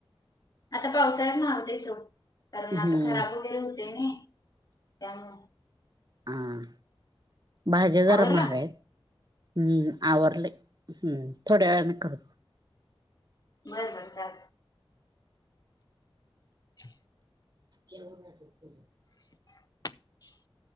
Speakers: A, on the left; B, on the right.
A: आंता पावसाळ्यांत नव्हते सो कारणं
B: हम्म.
A: आंता खरांब वगैरें होते नां त्यांमुळे
B: हां भाज्यां जरां
A: आवरलं
B: महांग आहे हम्मं आवरले हम्मं थोड्यां वेळांन करूं
A: बरं बरं चालेल हं
B: केव नां
A: <unintelligible>